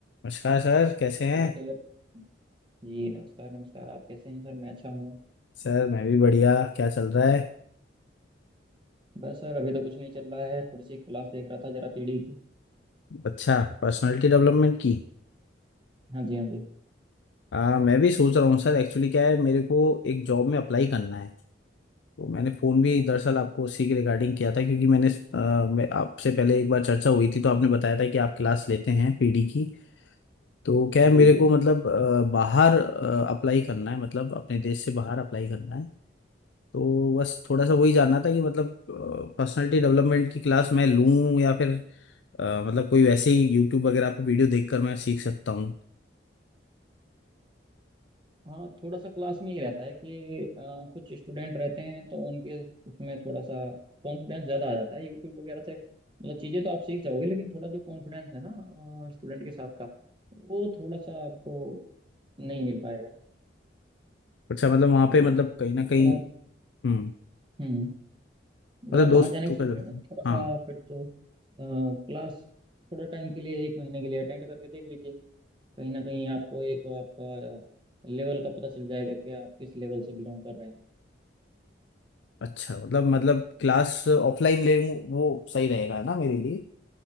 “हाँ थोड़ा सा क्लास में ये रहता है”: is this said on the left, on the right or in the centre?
Right